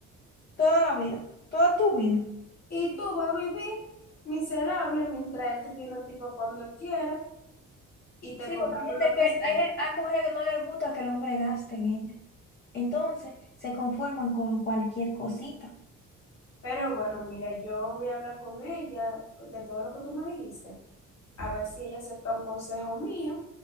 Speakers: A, on the left; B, on the left.
A: toda la vida, toda tu vida.
B: Y tú vas a vivir miserable mientras él te tiene un tipo cuando él quiera y te
A: Sí,
B: compra
A: porque hay
B: con
A: gente
B: lo que
A: que,
B: sea.
A: hay, gen- hay mujeres que no les gusta que el hombre gaste en ella. Entonces, se conforman con cualquier cosita.
B: Pero bueno, mira, yo voy a hablar con ella de todo lo que tú me dijiste, a ver si ella acepta un consejo mío.